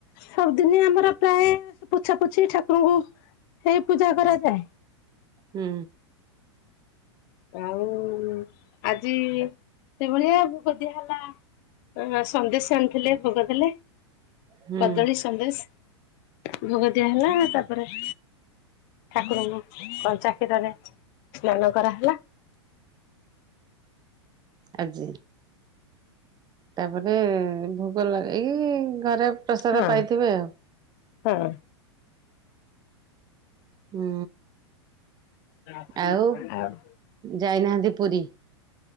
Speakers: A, on the left; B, on the right.
A: ସବୁଦିନି ଆମର ପ୍ରାୟ ପୋଛା ପୋଛି ଠାକୁରଙ୍କୁ ହେଇ ପୂଜା କରାଯାଏ।
B: ହୁଁ।
A: ଆଉ ଆଜି ସେଭଳିଆ ଭୋଗ ଦିଆ ହେଲା। ଅ ସନ୍ଦେଶ ଆଣିଥିଲେ ଭୋଗ ଦେଲେ
B: ହୁଁ
A: କଦଳୀ, ସନ୍ଦେଶ। ଭୋଗ ଦିଆ ହେଲା ତାପରେ ଠାକୁରଙ୍କୁ କଞ୍ଚା କ୍ଷୀରରେ ସ୍ନାନ କରାହେଲା।
B: ଆଜି। ତାପରେ ଭୋଇ ଲଗେଇକି ଘରେ ପ୍ରସାଦ
A: ହଁ
B: ପାଇଥିବେ ଆଉ।
A: ହଁ।
B: ହୁଁ।
A: <unintelligible>
B: ଆଉ ଯାଇନାହାନ୍ତି ପୁରୀ?